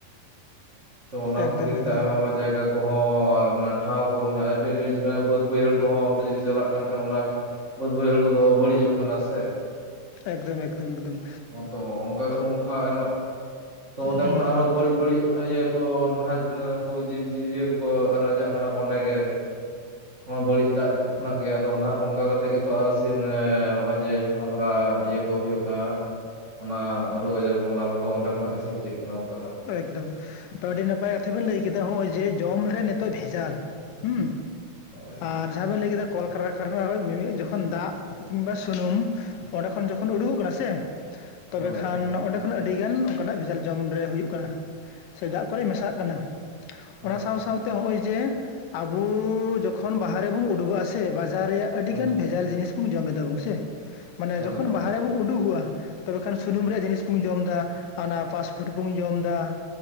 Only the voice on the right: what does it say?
ᱛᱚ ᱚᱱᱟ
ᱠᱚ ᱠᱷᱟᱹᱛᱤᱨ
ᱛᱮ ᱟᱭᱢᱟ ᱟᱭᱢᱟ ᱡᱟᱭᱜᱟ ᱠᱚᱦᱚᱸ ᱢᱟᱱᱮ ᱴᱷᱟᱶ ᱠᱚ ᱢᱟᱱᱮ ᱟᱹᱰᱤ ᱟᱹᱰᱤ ᱵᱟᱹᱫᱽ ᱵᱟᱹᱭᱦᱟᱹᱲ ᱠᱚᱦᱚᱸ ᱚᱱᱛᱮ ᱡᱩᱫᱤ ᱪᱟᱞᱟᱜ ᱠᱟᱱ ᱠᱷᱟᱱ ᱚᱱᱟ ᱵᱟᱹᱫᱽ ᱵᱟᱹᱭᱦᱟᱹᱲ ᱠᱚᱫᱚ ᱵᱟᱹᱲᱤᱡᱚᱜ ᱠᱟᱱᱟ ᱥᱮ
ᱛᱚ ᱚᱱᱠᱟ ᱚᱱᱠᱟ ᱟᱭᱢᱟ ᱛᱚ ᱚᱸᱰᱮ
ᱠᱷᱚᱱᱟᱜ
ᱟᱨᱦᱚᱸ ᱵᱟᱹᱲᱤᱡ ᱵᱟᱹᱲᱤᱡ ᱤᱭᱟᱹ ᱠᱚ ᱱᱟᱦᱟᱪ ᱩᱱᱠᱩ ᱡᱤᱵᱽᱼᱡᱤᱭ ᱤᱭᱟᱹ ᱠᱚᱠᱚ ᱟᱨᱮᱡᱟᱜ ᱠᱟᱱᱟ ᱠᱚ ᱚᱸᱰᱮ ᱜᱮ ᱵᱟᱹᱲᱤᱡ ᱫᱟᱜ ᱠᱷᱚᱱᱟᱜ ᱜᱮ ᱟᱫᱚ ᱱᱟᱦᱟᱜ ᱚᱱᱠᱟ ᱠᱟᱛᱮᱫ ᱜᱮᱛᱚ ᱥᱤᱢ ᱱᱚᱜᱼᱚᱭ ᱡᱮ ᱡᱟᱦᱟᱸ ᱞᱮᱠᱟ ᱤᱭᱟᱹ ᱠᱚ ᱦᱩᱭᱩᱜ ᱚᱱᱠᱟ ᱚᱱᱟ ᱨᱳᱜᱽ ᱟᱡᱟᱨ ᱠᱚ ᱚᱱᱟ ᱠᱚᱫᱚ ᱚᱸᱰᱮ ᱠᱷᱚᱱᱟᱜ ᱜᱮ ᱥᱤᱨᱡᱟᱹᱜ ᱠᱟᱱᱟ ᱚᱱᱠᱟ ᱠᱟᱛᱮᱜ
ᱦᱳᱭ
ᱦᱳᱭ
ᱦᱟᱸᱜ
ᱦᱳᱭ
ᱦᱳᱭ
ᱦᱳᱭ
ᱦᱳᱭ